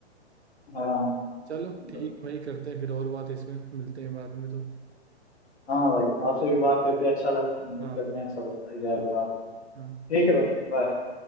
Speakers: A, on the left; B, on the right.
A: हाँ
B: चलो
A: मतलब
B: ठीक है भाई करते हैं फिर और बात इसमें मिलते हैं बाद में तो
A: हाँ भाई आपसे भी बात करके अच्छा लगा उम्मीद
B: हाँ
A: करते हैं सब अच्छा ही जाएगा आगे भी।
B: हाँ
A: ठीक है भाई बाय